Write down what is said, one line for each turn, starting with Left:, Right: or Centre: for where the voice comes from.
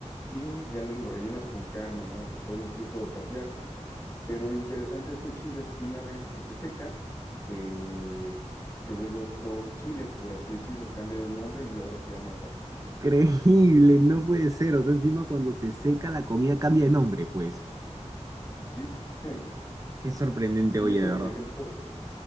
Left: y ya lo rellenas con carne, ¿no? Se puede incluso capear. Pero lo interesante de este chile es que una vez que se seca, eh, se vuelve otro chile, por así decirlo, cambia de nombre y ahora se llama guajillo.
Right: Increíble, no puede ser. O sea, encima cuando se seca la comida cambia de nombre, pues.
Left: Sí. <laughs>
Right: Qué sorprendente,
Left: Y
Right: oye,
Left: eso,
Right: de verdad.
Left: por ejemplo,